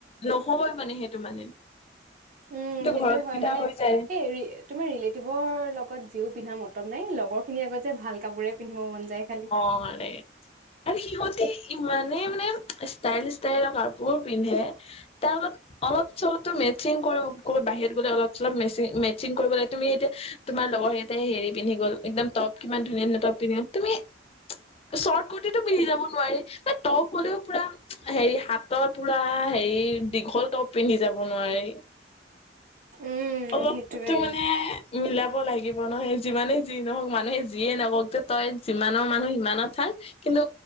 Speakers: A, on the left; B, on the right.
A: ন'হবই মানে সেইটো মানে।
B: উম'
A: সেইটো
B: সেইটোয়ে
A: ঘৰত
B: হয়
A: পিন্ধা
B: মানে,
A: হৈ যায়
B: এই তুমি ৰিলেটিভৰ লগত যিও পিন্ধা মতলব নাই, লগৰ ৰ খিনি আগত যে ভাল কাপোৰে পিন্ধিব মন যায় খালি।
A: অ', আৰে আৰু সিহঁতে ইমানেই মানে ষ্টাইল, ষ্টাইলৰ কাপোৰ পিন্ধে, তাৰ লগত অলপ চলপ ত মেচিং কৰিব বাহিৰত গ'লে অলপ চলপ মেচি মেচিং কৰিব লাগে। তুমি এতিয়া তোমাৰ লগৰ কেইটাই হেৰি পিন্ধি গ'ল, একদম টপ কিমান ধুনীয়া-ধুনীয়া টপ পিন্ধি গ'ল। তুমি শৰ্ট কুৰ্টিটো পিন্ধি যাব নোৱাৰি। টপ হ'লেও পুৰা হেৰি হাফ টপ পুৰা হেৰি দীঘল টপ পিন্ধি যাব নোৱাৰি,
B: উম
A: অলপতো
B: সেইটোয়ে
A: মানে মিলাব লাগিব নহয়, যিমানে যি নহওঁক মানুহে যিয়ে নকওঁক যে তই যিমানৰ মানুহ সিমানত থাক। কিন্তু